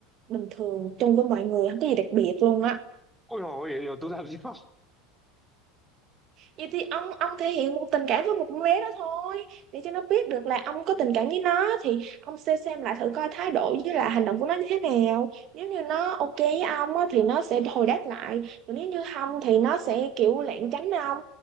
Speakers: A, on the right; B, in the centre.
A: bình thường chung với mọi người không có gì đặc biệt luôn á
B: ôi dồi ôi, vậy rồi tôi làm gì đó
A: vậy thì ông ông thể hiện một tình cảm với một con bé đó thôi để cho nó biết được là ông có tình cảm với nó thì ông sẽ xem lại thử coi thái độ với là hành động của nó như thế nào nếu như nó ok với ông á, thì nó sẽ hồi đáp lại còn nếu như không thì nó sẽ kiểu lảng tránh ông